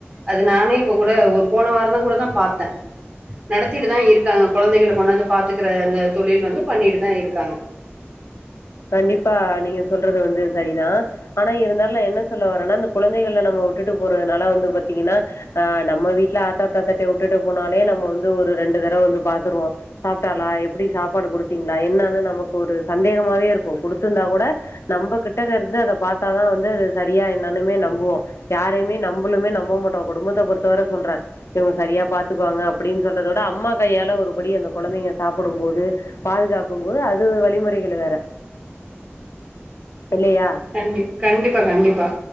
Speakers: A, on the right (about 40°); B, on the left (about 80°).
A: அது நானே இப்ப கூட ஒரு போன வாரா தா கூட தா பாத்தே நடத்திட்டுதா இருக்காங்க குழந்தைகளல கொண்டாந்து பாத்துக்கிற அந்த தொழில் வந்து பண்ணிட்டுதா இருக்காங்க
B: கண்டிப்பா நீங்க சொல்றது வந்து சரிதா ஆனா இருந்தாலு நா என்ன சொல்ல வரேன்னா இந்த குழந்தைகளல நம்ம உட்டுட்டு போறதுனால வந்து பாத்தீங்கன்னா ஆ நம்ம வீட்ல தாத்தா தட்டி உட்டுட்டு போனாலே நம்ம வந்து ஒரு ரெண்டு தடவ வந்து பாத்துருவோ சாப்ட்டாலா எப்டி சாப்பாடு குடுத்தி ங்களா என்னன்னு நமக்கு ஒரு சந்தேகமாவே இருக் கு குடுத்துருந்தா கூட நம்ம கிட்ட இருந்து அத பாத்தாதா வந்து அது சரியா என்னன்னுமே நம்புவோ யா ரைய்மே நம்பளுமே நம்ப மாட்டோ குடும்பத்த பொறுத்தவர சொல்றே இவுங்க சரியா பாத்துக்குவாங்க அப்டின் சொல்றத விட அம்மா அம்மா கையால ஒருபடி அந்த கொழந்தைங்க சாப்புடும் போது பாதுகாக்கும் போது அது வழிமுறைகள் வேற இல்லையா
A: கண்டி கண்டிப்பா கண்டிப்பா